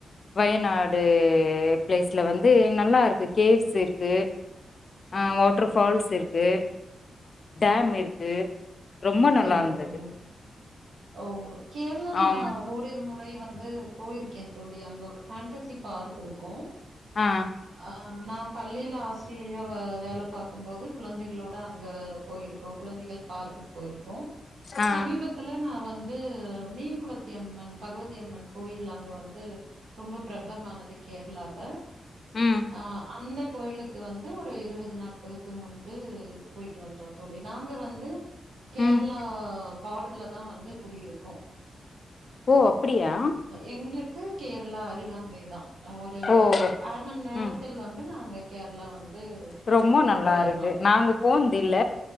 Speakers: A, on the left (about 50°); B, on the right (about 75°).
A: வயநாடு பிளேஸ்ல வந்து நல்லாருக்கு கேவ்ஸ் இருக்கு ஆ ஒ ட்ரு ஃபால்ஸ் இருக்கு டேம் இருக்கு ரொம்ப நல்லா
B: சரிங்க
A: இருந்தது
B: தோழி ஓ கேரளா நா
A: ஆமா
B: ஓரு இரு மொ றை வந்து போயிருக்கே தோழி அங்க ஒரு ஃபேண்டஸி பார்க் இருக்கு
A: ஆ
B: அ நா பள்ளியில ஆசிரியையா வேல பார்க்கம்போது குழந்தைகளோட அங்க போயிருக்கோ குழந்தைகள் பார்க்குக்கு போயிருக்கோ
A: ஆ
B: சமீபத்துல நா வந்து மீன் குளத்தி அம்மன் பகவதி அம்மன் கோயில் அங்க வந்து ரொம்ப பிரப்லமானது கேரளால
A: ம்
B: ஆ அந்த கோயிலுக் கு வந்து ஒரு இருபது நாட்களுக்கு முன்பு போயிட்டு வந்தோ தோழி நாங்க வந்து கேரளா
A: ம்
B: பாடர்லதா வந்து குடியிருக்கோ
A: ஓ அப்டியா
B: எங்களுக்கு கேரளா அருகாமை தா ஒரு
A: ஓ
B: அரமண் நேரத்தில்
A: ம்
B: வந்து நாங்க கேரளா வந்து
A: ரொம்போ நல்லா
B: போயிரலாம்.
A: இருக்கு நாங்க போன்து இல்ல